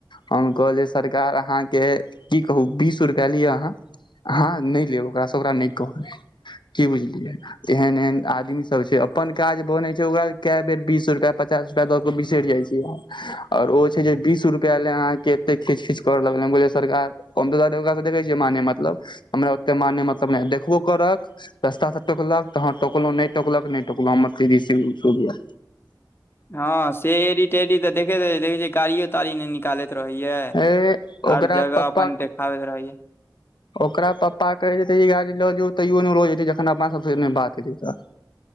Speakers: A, on the left; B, on the left.
A: हम कहलियै सरकार अहाँके की कहू बीस रुपया लिय अहाँ अहँ नय लेब ओकरा सँ ओकरा नय कहबै की बुझलियै एहन एहन आदमी सब छै अपन काज बनै छै ओकरा से कै बेर बीस रुपया पचास रु पया दऽ के बिसरि जाय छियै हम आओर ओ छै जे बिस रुपया ले अहाँ के एते खीच खीच करय लगलै हम कहलियै सरकार हम तऽ ओकरा सँ देखै छियै माने मतलब हमरा ओते माने मतलब नय आ देखबो करत रस्ता सँ टोकलक तऽ हँ टोकलौं नय टोकलक नय टोकलौं हमर सीधी सी उसूल ये
B: हँ से एरी टेरी तऽ देखैत रहैत देखै छियै गाड़ियो तारीयो नय निकालैत रहैये
A: ए
B: हर
A: ओकरा
B: जगह
A: पप्पा
B: अपन देखाबैत रहैये
A: ओकरा पप्पा कहैत हेतै जे ई गाड़ी लऽ जो तैयो नय लऽ जेतै जखन अपना सब से नय बात हेतै तऽ <inaudible>